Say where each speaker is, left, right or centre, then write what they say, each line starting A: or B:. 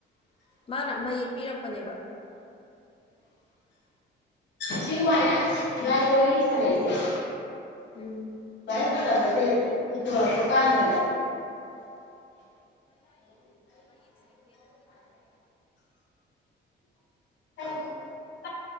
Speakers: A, on the left; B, on the left.
A: ꯃꯥꯅ ꯃꯌꯦꯛ ꯄꯤꯔꯛꯄꯅꯦꯕ
B: ꯁꯤ ꯃꯥꯏꯅ ꯏꯕꯅꯤ ꯋꯥꯔꯤ ꯁꯥꯅꯩꯁꯦ <unintelligible>
A: ꯎꯝ
B: <unintelligible> ꯍꯤꯇꯣꯔꯛꯄ ꯀꯥꯟꯗꯅꯦ ꯥ <unintelligible> <unintelligible>